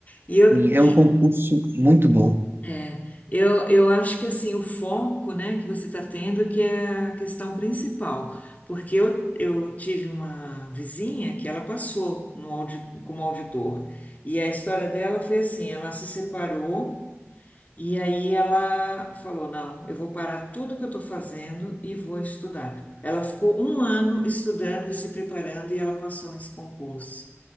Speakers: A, on the left; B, on the right.
A: E, eu,
B: E é
A: e
B: um concurso muito bom.
A: É, eu, eu acho que assim, o foco, né, que você está tendo é que é a questão principal, porque eu, eu tive uma vizinha que ela passou no audi, como auditor, e a história dela foi assim, ela se separou e aí ela falou, não, eu vou parar tudo que eu estou fazendo e vou estudar. Ela ficou um ano estudando e se preparando e ela passou nesse concurso.